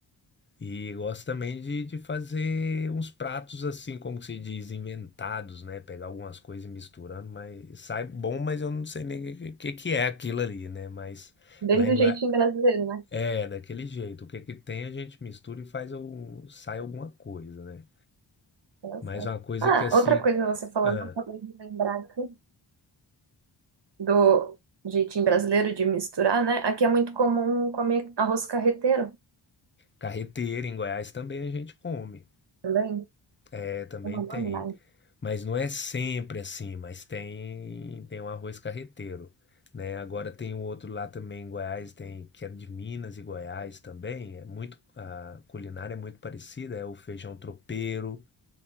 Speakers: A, on the left (about 25°); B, on the right (about 60°).
A: E gosto também de, de fazer uns pratos assim, como se diz, inventados, né? Pegar algumas coisas e misturando, mas sai bom, mas eu não sei nem o que, que que é aquilo ali, né? Mas...
B: Bem
A: Lá
B: do
A: em, Gua-
B: jeitinho brasileiro, né?
A: É, daquele jeito. O que que tem a gente mistura e faz o... sai alguma coisa, né?
B: Olha
A: Mas
B: só.
A: uma coisa
B: Ah,
A: que assim,
B: outra coisa você falando,
A: ah,
B: eu acabei de lembrar aqui do jeitinho brasileiro de misturar, né? Aqui é muito comum comer arroz carreteiro
A: carreteira em Goiás também a gente come.
B: também.
A: É, também
B: Eu não
A: tem.
B: gosto mais.
A: Mas não é sempre assim, mas tem tem um arroz carreteiro, né? Agora tem o outro lá também em Goiás, tem que é de Minas e Goiás também, é muito a culinária é muito parecida, é o feijão tropeiro,